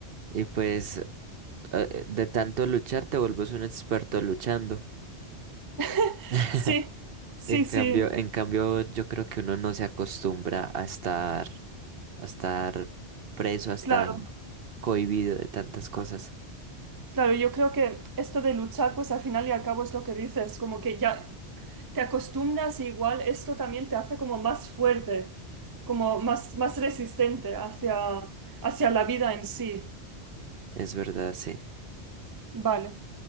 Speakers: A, on the right; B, on the right.
A: Y pues eh, eh, de tanto luchar te vuelves un experto luchando.
B: <laughs>
A: <laughs>
B: Sí, sí,
A: En cambio,
B: sí,
A: en cambio, yo creo que uno no se acostumbra a estar a estar preso, a estar
B: claro.
A: cohibido de tantas cosas.
B: Claro, yo creo que esto de luchar, pues al final y al cabo es lo que dices, como que ya te acostumbras y igual esto también te hace como más fuerte, como más, más resistente hacia, hacia la vida en sí.
A: Es verdad, sí.
B: Vale.